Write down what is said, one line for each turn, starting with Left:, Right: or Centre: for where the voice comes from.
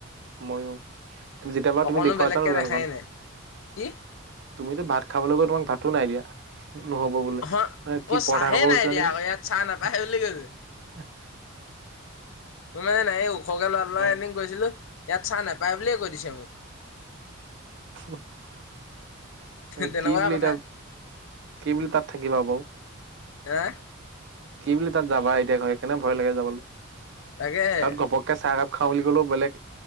Right: ময়ো তুমি যেতিয়াপা
Left: অকণো
Right: তুমি দেখুৱাইছা
Left: বেলেগকে
Right: ন দোকানখন
Left: দেখাই নাই কি
Right: তুমিতো ভাত খাবলৈ গৈ তোমাক ভাতো নাই দিয়া নহব বোলে
Left: হ ক'ত
Right: কি পৰঠা
Left: চাহে
Right: খাব গৈছিলা
Left: নাই দিয়া
Right: নেকি
Left: আকৌ ইয়াত চাহ নাপায়
Right: আ
Left: বুলি কৈছে।
Right: <inaudible>
Left: তোৰ মানে এই ওখকে ল'ৰাটো লগত
Right: এ
Left: এদিন গৈছিলো ইয়াত চাহ নাপায় বুলিয়ে কৈ দিছে মোক
Right: উম <unintelligible> এ
Left: তেনেকুৱা
Right: কি বুলি
Left: কথা
Right: কম কি বুলি তাত থাকিবা বাও
Left: হা
Right: কি বুলি তাত যাবা এতিয়া সেইকাৰনে ভয় লাগে যাবলে
Left: তাকেহে
Right: তাত ঘপককে চাহকাপ খাও বুলি ক'লেও বেলেগ